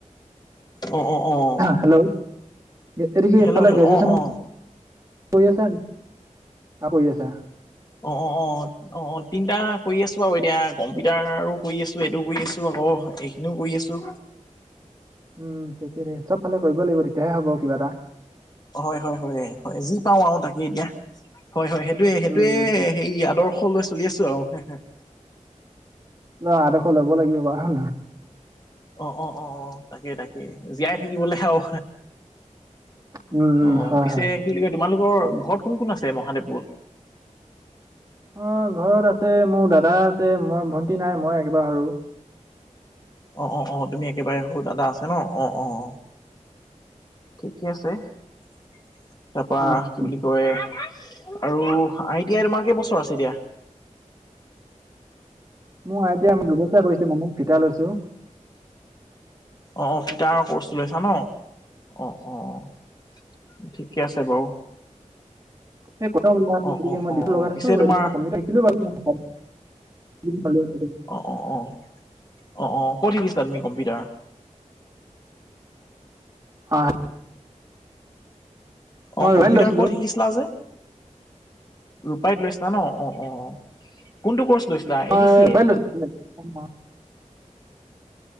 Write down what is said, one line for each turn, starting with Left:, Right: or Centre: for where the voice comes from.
Left: অ', অ', অ',
Right: হেল্ল' এইটো কিফালে
Left: হেল্ল' হেল্ল'
Right: গ্ৰেজুৱেশচন
Left: অ অ
Right: কৰি আছা কৰি আছা
Left: অ', অ', অ', অ', অ', তিনটা কৰি আছো আৰু এতিয়া কম্পিউটাৰো কৰি আছো এইটো কৰি আছো আকৌ কিনো কৰি আছোঁ?
Right: উম, তাকে চব ফালে কৰিব লাগিব তেতিয়াহে হ'ব কিবা এটা
Left: হয় - হয় - হয় - হয় যি পাওঁ আৰু তাকে এতিয়া। হয় - হয় সেইটোয়ে - সেইটোয়ে
Right: উম উম
Left: হে আদৰ্শ লৈ চলি আছো আৰু
Right: লোৱা আদৰ্শ লব লাগিব বাৰু হয় নহয়?
Left: অ', অ', অ', অ', তাকে তাকে এ জীয়াই থাকিবলৈ আৰু
Right: উম উম
Left: অ',
Right: হয়
Left: পিছে
Right: হয়
Left: কি বুলি কৈ তোমালোকৰ ঘৰত কোন কোন আছে মহাদেৱপুৰত?
Right: অ', ঘৰত আছে মোৰ দাদা আছে মই ভণ্টি নাই মই একেবাৰ সৰু।
Left: অ', অ', অ', তুমি একেবাৰে সৰু দাদা আছে ন অ', অ ', ঠিকে আছে তাৰপৰা
Right: উম উম।
Left: কি বুলি কয় আৰু আইতি আই তোমাৰ কেই বছৰ আছে এতিয়া?
Right: মোৰ আইতি আই দুবছৰ কৰিছোঁ মানে ফিটা লৈছো।
Left: অ', অ', ফিটাৰৰ কৰ্চটো লৈছা ন' অ', অ', ঠিকে আছে বাৰু।
Right: <unintelligible>
Left: অ' অ' অ'
Right: লগাই থছো
Left: পিছে তোমাৰ
Right: মই কম্পিউটাৰ <unintelligible> বাৰু <unintelligible>
Left: অ', অ', অ', অ', অ', ক'ত শিকিছিলা তুমি কম্পিউটাৰ?
Right: <inaudible> মই
Left: অ', কম্পিউটাৰ
Right: ৰয়েল লৈছিলো
Left: ক'ত শিকিছিলা যে? ৰূপাইত লৈছিলা ন' অ', অ', কোনটো কৰ্চ লৈছিলা
Right: মই
Left: এ দি চি এ?
Right: <unintelligible>